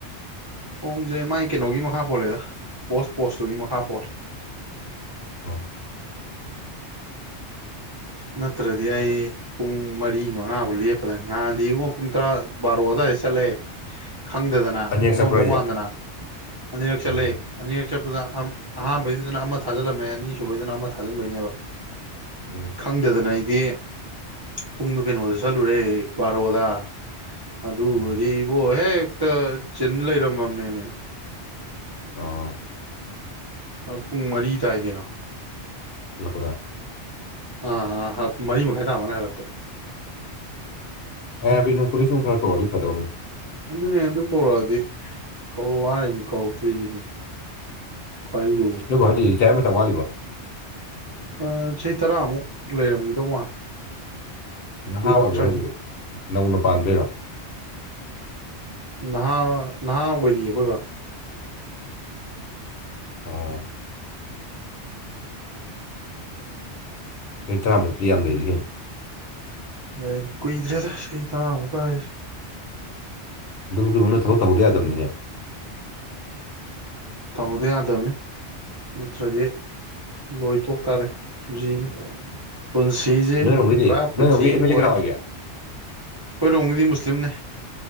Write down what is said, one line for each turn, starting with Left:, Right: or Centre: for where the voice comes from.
Right: ꯍꯣꯝꯖꯦ ꯃꯥꯏ ꯀꯩꯅꯣꯒꯤ ꯃꯈꯥ ꯄꯣꯜꯂꯦꯗ ꯄꯣꯁ ꯄꯣꯁꯇꯨꯒꯤ ꯃꯈꯥ ꯄꯣꯜꯂꯦ
Left: ꯑꯣ
Right: ꯅꯠꯇ꯭ꯔꯗꯤ ꯑꯩ ꯄꯨꯡ ꯃꯔꯤ ꯃꯉꯥꯐꯥꯎ ꯂꯦꯞꯄꯗ ꯅꯍꯥꯟꯗꯤꯉꫭ ꯄꯨꯡ ꯇꯔꯥ ꯕꯥꯔꯣ ꯑꯗꯨꯋꯥꯏꯗ ꯆꯠꯂꯦ ꯈꯪꯗꯗꯅ
Left: ꯑꯅꯤꯔꯛ
Right: ꯀꯣꯝꯃꯝꯗꯧ
Left: ꯆꯠꯄ꯭ꯔꯥ
Right: ꯃꯥꯟꯗꯅ ꯑꯅꯤꯔꯛ
Left: ꯎꯝ
Right: ꯆꯠꯂꯦ ꯑꯅꯤꯔꯛ ꯆꯠꯄꯗ ꯁꯥ ꯑꯍꯥꯥꯟꯕꯩꯗꯨꯗꯅ ꯑꯃ ꯊꯥꯖꯜꯂꯝꯃꯦ ꯑꯅꯤꯁꯨꯨꯕꯩꯗꯨꯅ ꯑꯃ ꯊꯥꯖꯟꯕꯩꯅꯦꯕ
Left: ꯎꯝ
Right: ꯈꯪꯗꯗꯅ ꯑꯩꯗꯤ ꯄꯨꯡꯗꫭ ꯀꯩꯅꯣꯗ ꯆꯠꯂꯨꯔꯦ ꯕꯥꯔꯣꯗ ꯑꯗꯨꯒꯗꯤꯕꫭ
Left: ꯎꯝ
Right: ꯍꯦꯛꯇ ꯆꯤꯟ ꯂꯩꯔꯝꯃꯝꯅꯦꯃꯦ
Left: ꯑꯥ
Right: ꯑꯗꯨ ꯄꯨꯡ ꯃꯔꯤ ꯇꯥꯏ ꯀꯩꯅꯣ
Left: ꯍꯜ ꯂꯛꯄꯗ
Right: ꯑ ꯑ ꯍꯜꯂꯛ ꯃꯔꯤ ꯃꯈꯥꯏ ꯇꯥꯕ ꯑꯗꯥꯏ ꯍꯜꯂꯛꯄꯗ
Left: ꯑꯥꯏ ꯑꯥꯔ ꯕꯤꯅꯨꯡ ꯄꯨꯂꯤꯁ ꯅꯨꯡ ꯈꯔ ꯀꯧꯔꯗꯤ ꯐꯗꯧꯅꯤ
Right: ꯑꯗꯨꯅꯦ ꯑꯗꯨ ꯀꯧꯔꯛꯑꯗꯤ ꯀꯧꯔꯛꯑꫭ ꯍꯥꯏꯅꯤ ꯀꯧꯔꯛꯇ꯭ꯔꯤꯁꯤꯅꯤ ꯈꯋꯥꯏ ꯂꯨ
Left: ꯅꫭꯏꯕꯥ ꯍꫭꯏꯗꯤ ꯂꯤꯇꯥꯌꯔ ꯃꯇꯝ ꯋꯥꯠꯂꯤꯕꫭ
Right: ꯑ ꯆꯍꯤ ꯇꯔꯥꯃꯨꯛ ꯂꯩꯔꯝꯒꯤꯗꯧ ꯃꯥꯜꯂꯦ
Left: ꯅꯍꯥ
Right: ꯀꯨꯏꯔꯛꯇ꯭ꯔꯕꯅꯤ
Left: ꯑꯣꯏꯕ꯭ꯔꯣ ꯍꯥꯏꯖꯤꯕꫭ ꯅꯧꯅ ꯄꯥꯟꯕꯩꯔꯣ
Right: ꯅꯍꯥ ꯅꯍꯥ ꯑꯣꯏꯔꯤꯌꯦ ꯑꯩꯈꯣꯏ ꯕꯥ
Left: ꯑꫭ ꯆꯍꯤ ꯇꯔꯥꯃꯨꯛꯇꯤ ꯌꯥꯝ ꯂꯩꯔꯤ ꯀꯩꯅꫭ
Right: ꯂꯩ ꯀꯨꯏꯗ꯭ꯔꯦꯗ ꯆꯍꯤ ꯇꯔꯥꯃꯨꯛꯀ ꯍꯥꯏꯖꯦ
Left: ꯑꯗꯨꯕꯨꯛꯀꯤ ꯃꯅꯨꯡꯗ ꯊꯕꯛ ꯇꯧꯍꯧꯗ ꯌꯥꯗꯕꯅꯤꯅꯦ
Right: ꯇꯧꯍꯧꯗ ꯌꯥꯗꯝꯅꯦ ꯅꯠꯇ꯭ꯔꯗꯤ ꯂꯣꯏꯊꯣꯛ ꯇꯥꯔꯦ ꯄꯨꯟꯁꯤꯖꯤ ꯄꯨꯟꯁꯤꯁꯦ
Left: ꯅꯣꯏꯔꯣꯝꯒꯤꯗꯤ
Right: ꯄꯨꯔꯥ ꯄꯨꯟꯁꯤ
Left: ꯅꯣꯏꯔꯣꯝꯒꯤ ꯑꯦꯝ
Right: ꯑꯃ
Left: ꯑꯦꯜ
Right: ꯑꯣꯏ
Left: ꯑꯦ ꯀꯅꯥ
Right: ꯑꯩꯈꯣꯏꯔꯣꯝꯒꯤꯗꯤ
Left: ꯑꯣꯏꯒꯦ
Right: ꯃꯨꯁꯂꯤꯝꯅꯦ